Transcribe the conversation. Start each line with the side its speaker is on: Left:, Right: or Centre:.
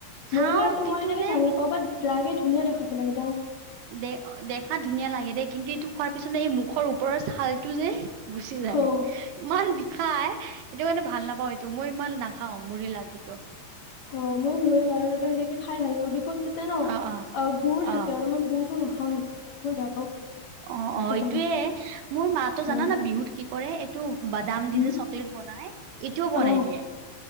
Right: খাও
Left: মুৰৰ লাৰুতো
Right: কিন্তু
Left: মই সেনেকে
Right: যে
Left: ভাল নাপাওঁ বাত লাগে ধুনীয়া দেখাটো লাগি
Right: দে দেখাত ধুনীয়া লাগে দেই কিন্তু এইটো খোৱাৰ পিছত এই মুখৰ ওপৰৰ ছাল টো যে গুচি যায়
Left: অ',
Right: ইমান বিষাই সেইটো কাৰণে ভাল নাপাওঁ এইটো মই ইমান নাখাওঁ মুৰি লাডুতো
Left: অহ মই মোৰি লাৰু সেনেকে খাই ভাল বিকজ তাতে ন
Right: অ অ
Left: অহ গুৰ থাকে
Right: অ
Left: আৰু মই গুৰটো নাখাওঁ এনেকে মই বেয়া পাওঁ
Right: অহ অহ
Left: সেইকাৰণে
Right: এইটোয়ে মোৰ মাহতো
Left: অ
Right: জানানা বিহুত কি কৰে এইটো বাদাম
Left: হম
Right: দি যে চকলেট বনাই এইটোও বনাই
Left: অ
Right: দিয়ে